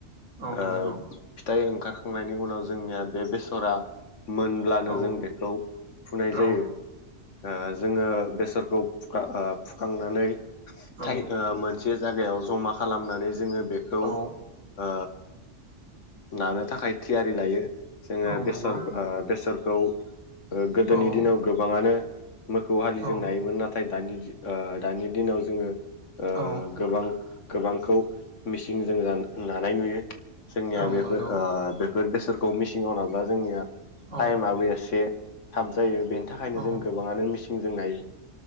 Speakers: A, on the right; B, on the left.
A: औ
B: ओ
A: नंगौ
B: फिथाइ ओंखारखांनायनि उनाव जोंनिया बे बेस'रा मोनब्लानो
A: औ
B: जों बेखौ फुनाय
A: औ
B: जायो। ओ जोङो बेस'रखौ फुखा ओ फुखांनानै
A: औ
B: थाय ओ मोनसे जायगायाव ज'मा खालामनानै जोङो बेखौ
A: औ
B: ओ नानो थाखाय थियारि लायो। जोङो
A: औ
B: बेस'र
A: नंगौ
B: ओ बेस'रखौ ओ गोदोनि
A: औ
B: दिनाव गोबाङानो मोखौ हालिजों
A: औ
B: नायोमोन नाथाय दानि ओ दानि दिनाव जोङो ओ
A: औ
B: गोबां गोबांखौ मिसिंजों जान नानाय नुयो। जोंनिया
A: औ
B: बेफोर
A: नंगौ
B: ओ बेफोर बेस'रखौ मिसिंआव नाब्ला जोंनिया
A: औ
B: टाइमाबो एसे थाब जायो बेनि थाखायनो
A: औ
B: जों गोबाङानो मिसिं जों नायो